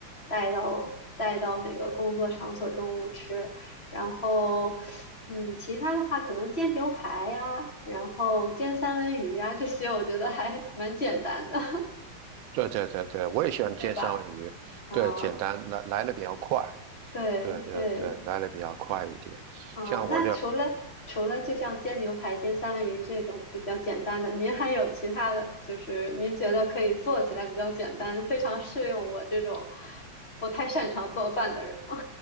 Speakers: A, on the left; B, on the right.
A: 带到带到那个工作场所中午吃，然后嗯，其他的话可能煎牛排呀，然后煎三文鱼呀，这些我觉得还 <laughs> 蛮简单的，
B: 对对对对，我也喜欢煎三文鱼，
A: <laughs> 对吧？啊、
B: 对，简单来来的比较快，
A: 对对
B: 对对对，来的比较快一点。
A: 啊，
B: 像我就
A: 那除了除了就像煎牛排、煎三文鱼这种比较简单的，您还有其他的，就是您觉得可以做起来比较简单，非常适用我这种不太擅长做饭的人吗？